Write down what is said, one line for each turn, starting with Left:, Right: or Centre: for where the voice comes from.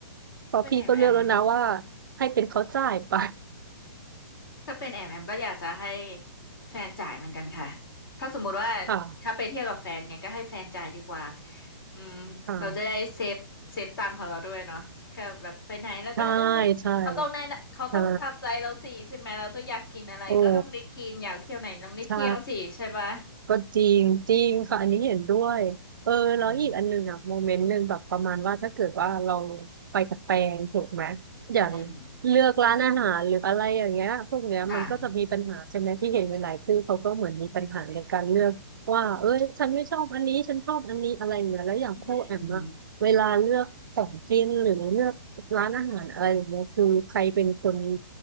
Right: เพราะพี่ก็เลือกแล้วนะว่า
Left: ถ้าเป็นแอมแอม
Right: ให้เป็นเขาจ่ายไป
Left: ถ้าเป็นแอมแอมก็อยากจะให้แฟนจ่ายเหมือนกันค่ะถ้าสมมุติว่า
Right: <laughs> ค่ะ
Left: ถ้าไปเที่ยวกับแฟนเนี่ยก็ให้แฟนจ่ายดีกว่าอืมเราจะได้เซฟเซฟตังค์ของเราด้วยเนาะค่ะแบบไปไหนแล้วก็เออ
Right: ค่ะใช่ ใช่
Left: เขาต้องแน่นเขาต้องตามใจเราสิใช่ไหมเราต้องอยากกินอะไรก็ต้องได้กินอยากเที่ยวไหนต้องได้เที่ยวสิใช่ปะ
Right: ใช่โอ้ใช่ ก็จริงจริงค่ะอันนี้เห็นด้วยเออแล้วอีกอันหนึ่งอะโมเมนต์หนึ่งแบบประมาณว่าถ้าเกิดว่าเรา
Left: อืม
Right: ไปกับแฟนถูกไหมอย่าง
Left: อืม
Right: เลือกร้านอาหารหรืออะไรอย่างเงี้ยพวกเนี้ยมันก็จะมีปัญหาใช่ไหมที่เห็นหลายๆคู่เขาก็เหมือนมีปัญหาในการเลือกว่าเอ้ยฉันไม่ชอบอันนี้ฉันชอบอันนี้อะไรอย่างเงี้ยแล้วอย่างคู่แอมอะเวลาเลือกของกินหรือเลือกร้านอาหารอะไรอย่างเงี้ยคือใครเป็นคน
Left: ค่ะอืมอืม